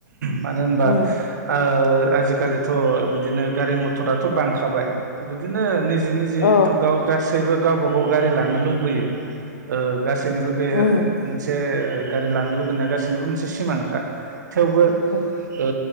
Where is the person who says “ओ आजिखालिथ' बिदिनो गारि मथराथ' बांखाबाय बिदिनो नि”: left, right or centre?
Right